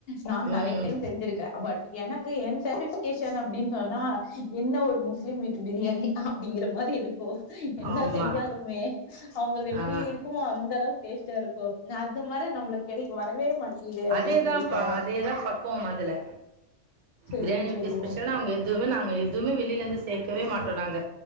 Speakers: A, on the left; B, on the right.
A: நானு
B: ம்.
A: நிறைய டைம் செஞ்சிருக்கே பட் எனக்கு என் செபஸ்டிகேஷன் அப்டின்னு சொன்னா என்ன ஒரு முஸ்லிம் வீட்டு பிரியாணி அப்படிங்கற மாதிரி இரு ஓ என்ன
B: ஆமா.
A: செஞ்சாலுமே அவங்க அது எப்டி
B: ஆ.
A: இருக்குமோ அந்த அளவுக்கு டேஸ்ட்டா இருக்கு அத்து மாறி நம்மளுக்கு கெடைக்க வரவே மாட்டேங்குதே அப்டின்னு
B: அதேதா
A: சொல்லி
B: பா
A: தோணு
B: அதேதா பக்குவம் அதுல
A: செரி
B: பிரியாணியோடய
A: செரிங்க
B: ஸ்பெஷல் அவங்க எதுவுமே நாங்க எதுவுமே வெளியில இருந்து சேர்க்கவே மாட்டோ நாங்க